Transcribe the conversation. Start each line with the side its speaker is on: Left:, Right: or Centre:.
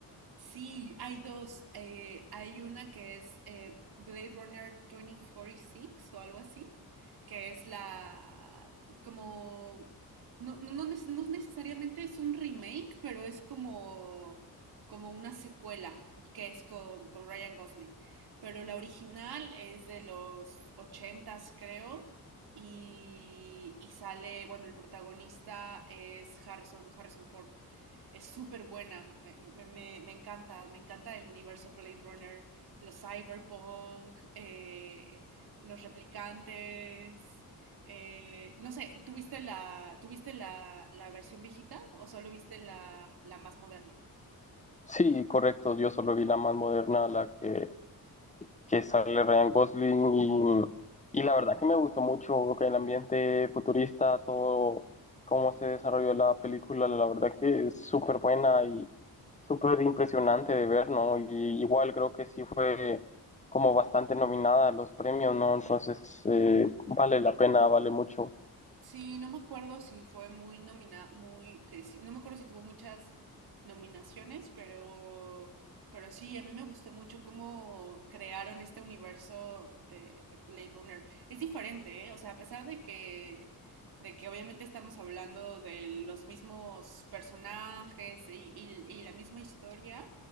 Right: Sí, hay dos. eh, hay una que es eh, Blade Runner 2046 o algo así, que es la como no, no, no nes- no necesariamente es un remake, pero es como, como una secuela que es con, con Ryan Gosling. Pero la original es de los ochentas, creo, y, y sale, bueno, el protagonista es Harrison, Harrison Ford es súper buena. Me, me- me encanta, me encanta el universo Blade Runner, los cyberpunk, eh, los replicantes. eh, no sé, ¿tuviste la, tuviste la, la versión viejita o solo viste la, la más moderna?
Left: Sí, correcto. Yo solo vi la más moderna, la que, que sale Ryan Gosling y, y la verdad que me gustó mucho que el ambiente futurista, todo cómo se desarrolló la película, la verdad que es súper buena y súper impresionante de ver, ¿no? Y igual creo que sí fue como bastante nominada a los premios, ¿no? Entonces eh, vale la pena, vale mucho.
Right: Sí, no me acuerdo si fue muy nominada, muy, que sí, no me acuerdo si tuvo muchas nominaciones, pero, pero sí, a mí me gustó mucho cómo crearon este universo de, de Blade Runner. Es diferente, ¿eh? O sea, a pesar de que, de que obviamente estamos hablando de los mismos personajes y, y- y la misma historia,